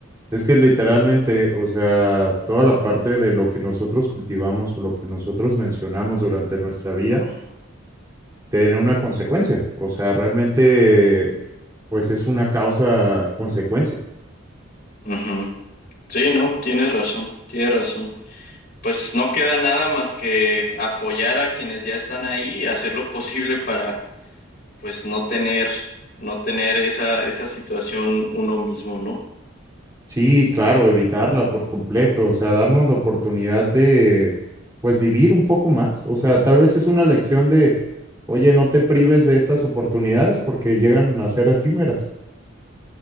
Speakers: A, on the right; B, on the left.
A: Es que literalmente, o sea, toda la parte de lo que nosotros cultivamos o lo que nosotros mencionamos durante nuestra vida
B: Ujú,
A: tiene una consecuencia. O sea, realmente, pues es una causa-consecuencia.
B: ujú. Sí, no, tienes razón, tienes razón. Pues no queda nada más que apoyar a quienes ya están ahí, hacer lo posible para, pues, no tener, no tener esa, esa situación uno mismo, ¿no?
A: Sí, claro, evitarla por completo, o sea, darnos la oportunidad de, pues, vivir un poco más. O sea, tal vez es una lección de, oye, no te prives de estas oportunidades porque llegan a ser efímeras.